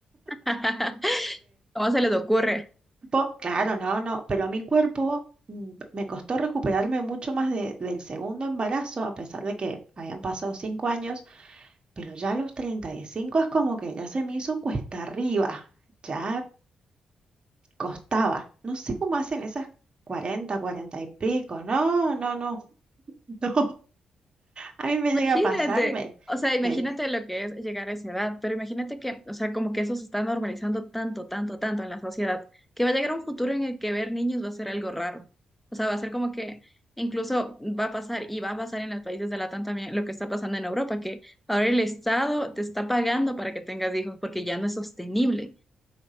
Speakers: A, in the centre; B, on the right.
A: <laughs> ¿Cómo se les ocurre?
B: po- Claro, no, no, pero a mi cuerpo mm, me costó recuperarme mucho más de- del segundo embarazo, a pesar de que habían pasado cinco años, pero ya a los 35 es como que ya se me hizo cuesta arriba, ya costaba. No sé cómo hacen esas 40, 40 y pico, no, no, no, <laughs> no, a mí me
A: Imagínate,
B: llega a pasar, me,
A: o sea, imagínate
B: me-
A: lo que es llegar a esa edad, pero imagínate que, o sea, como que eso se está normalizando tanto, tanto, tanto en la sociedad, que va a llegar un futuro en el que ver niños va a ser algo raro. O sea, va a ser como que incluso va a pasar y va a pasar en los países de Latam también lo que está pasando en Europa, que ahora el Estado te está pagando para que tengas hijos porque ya no es sostenible.